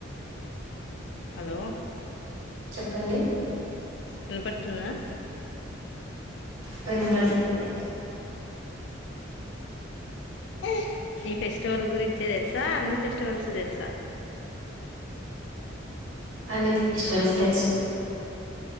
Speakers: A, on the left; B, on the right.
A: హలో
B: చెప్పండి
A: ఎన్న పడుతున్నా
B: పని పడుతుంది
A: హే ఈ ఫెస్టివల్ గురించే తెలుసా అన్ని ఫెస్టివల్స్ తెలుసా
B: అన్ని ఫెస్టివల్స్ తెలుసు